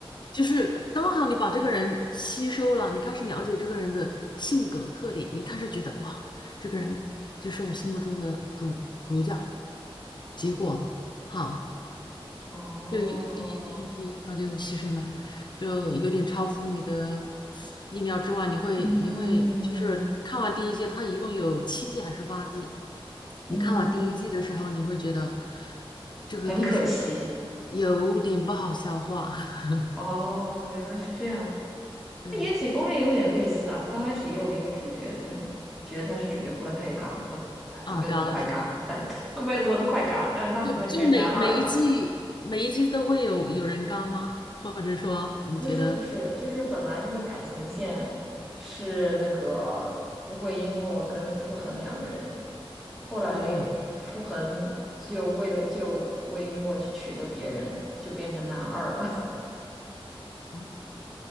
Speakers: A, on the left (about 50°); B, in the centre.
A: 就是刚好你把这个人吸收了，你开始了解这个人的性格特点，你开始觉得哇，这个人就是我心目中的主主角，结果好。
B: 哦，
A: 就一第一第一季他就牺牲了，就有点超乎你的意料之外。你会你会就是看完第一季，
B: 嗯
A: 它一共有七季还是八季？
B: 嗯，
A: 你看完第一季的时候，你会觉得这个电视剧
B: 很可惜。
A: 有点不好消化。<laughs>
B: 哦，原来是这样。
A: 对，
B: 那《延禧攻略》也有点类似啊，刚开始也有一个主角，他觉得他是主角，后来他也嘎了，呃，他他没有那么快嘎，
A: 啊，嘎了是吧？
B: 但 <laughs> 没有那么快嘎，但是他很快就变成男二了。
A: 就就每每一季每一季都会有有人嘎吗？或者说你觉得
B: 不是不是，就是本来那个感情线是那个魏璎珞跟傅恒两个人，后来傅恒就为了救魏璎珞去娶了别人，
A: 嗯
B: 就变成男二了，
A: 嗯